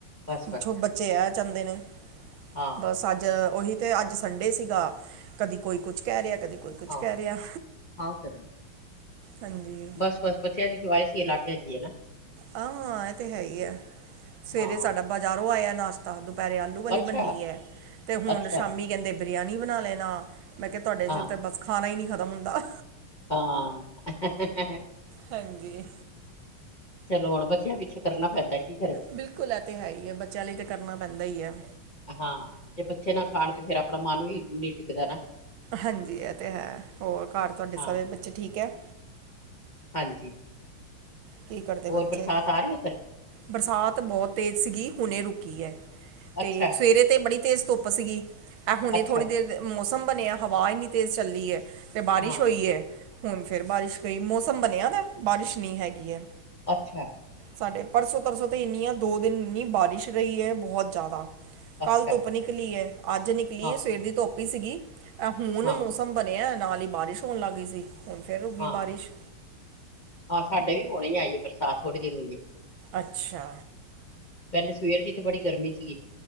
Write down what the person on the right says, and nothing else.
ਬੱਚੇ
ਬੱਚੇ ਆ ਚਾਹੰਦੇ ਨੇ
ਬਸ ਅੱਜ ਉਹੀ ਤੇ ਅੱਜ ਸੰਡੇ ਸੀਗਾ ਕਦੀ ਕੋਈ ਕੁਛ ਕਹਿ ਰਿਹਾ ਕਦੀ ਕੋਈ ਕੁਛ
ਕਹਿ ਰਿਹਾ
ਹਾਂਜੀ
ਆਹ ਹਾਂ, ਇਹ ਤੇ ਹੈ ਹੀ ਐ ਸਵੇਰੇ
ਸਾਡਾ ਬਾਜ਼ਾਰੋਂ ਆਇਆ ਨਾਸ਼ ਦੁਪਹਿਰੇ ਆਲੂ ਵਾਲੀ
ਬੰਨੀ ਹੈ ਤੇ ਹੁਣ
ਸ਼ਾਮੀ ਕਹਿੰਦੇ ਬਰਿਆਨੀ ਬਣਾ ਲੈਣਾ ਮੈਂ ਕਿਹਾ ਤੁਹਾਡੇ 'ਚ
ਤਾਂ ਬਸ ਖਾਣਾ ਹੀ ਨਹੀਂ ਖਤਮ ਹੁੰਦਾ
ਹਾਂਜੀ
ਬਿਲਕੁਲ ਹੈ ਤਾਂ ਹੈ ਹੀ ਹੈ ਬੱਚਿਆਂ ਲਈ ਤਾਂ ਕਰਨਾ ਪੈਂਦਾ ਹੀ ਹੈ
ਹਾਂਜੀ ਇਹ ਤਾਂ ਹੈ। ਹੋਰ ਘਰ ਤੁਹਾਡੇ
ਸਾਰੇ ਬੱਚੇ ਠੀਕ ਹੈ।
ਕੀ ਕਰਦੇ
ਬੱਚੇ
ਬਰਸਾਤ ਬਹੁਤ ਤੇਜ਼ ਸੀਗੀ। ਹੁਣੇ ਰੁਕੀ ਹੈ ਤੇ
ਸਵੇਰੇ ਤੇ ਬੜੀ ਤੇਜ਼ ਧੁੱਪ ਸੀਗੀ ਇਹ ਹੁਣੇ
ਥੋੜ੍ਹੀ ਦੇਰ ਮੌਸਮ ਬਣਿਆ ਹਵਾ ਇੰਨੀ ਤੇਜ਼ ਚੱਲੀ ਹੈ ਫਿਰ ਬਾਰਿਸ਼
ਹੋਈ ਹੈ, ਹੁਣ ਫਿਰ ਬਾਰਿਸ਼ ਗਈ ਮੌਸਮ ਬਣਿਆ ਵ ਬਾਰਿਸ਼ ਨਹੀਂ ਹੈਗੀ ਹੈ।
ਸਾਡੇ ਪਰਸੋਂ ਤਰਸੋਂ ਤਾਂ ਇੰਨੀ ਆ ਦੋ ਦਿਨ ਇੰਨੀ ਬਾਰਿਸ਼ ਰਹੀ ਹੈ ਬਹੁਤ ਜ਼ਿਆਦਾ। ਕੱਲ
ਧੁੱਪ ਨਿਕਲੀ ਹੈ। ਅੱਜ ਨਿਕਲੀ
ਹੈ, ਸਵੇਰ ਦੀ ਧੁੱਪ ਹੀ ਸੀਗੀ। ਹੁਣ
ਸ ਬਣਿਆ ਨਾਲ ਹੀ ਬਾਰਿਸ਼ ਹੋਣ ਲੱਗ ਗਈ ਸੀ। ਹੁਣ ਫੇਰ ਰੁ ਗਈ
ਬਾਰਿਸ਼।
ਅੱਛਾ